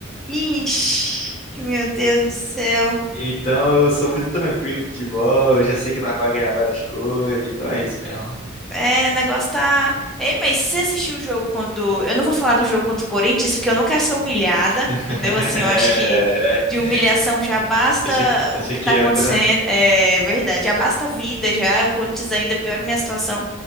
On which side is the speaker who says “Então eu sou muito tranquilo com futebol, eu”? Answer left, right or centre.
Left